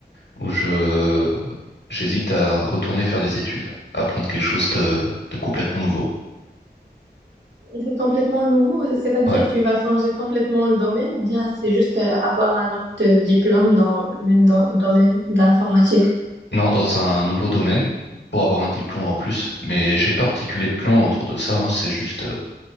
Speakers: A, on the left (about 85°); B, on the right (about 90°).
A: où je j'hésite à retourner faire des études, apprendre quelque chose de, de complètement nouveau.
B: <laughs> C'est complètement nouveau, c'est-à-dire
A: Ouais.
B: tu vas changer complètement le domaine ou bien c'est juste euh, avoir un autre euh, diplôme dans le même do- domaine d'informatique?
A: Non, dans un nouveau domaine, pour avoir un diplôme en plus. Mais j'ai pas articulé de plan autour de ça, hein, c'est juste, euh,